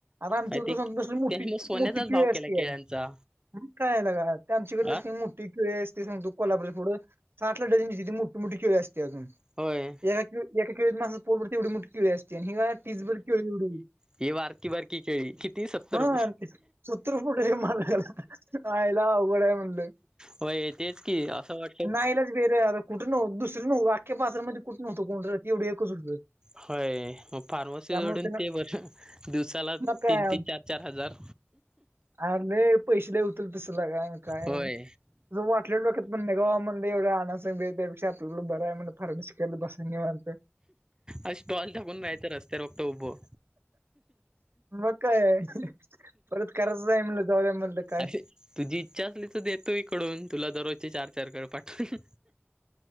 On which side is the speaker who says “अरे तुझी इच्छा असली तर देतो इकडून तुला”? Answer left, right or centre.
Right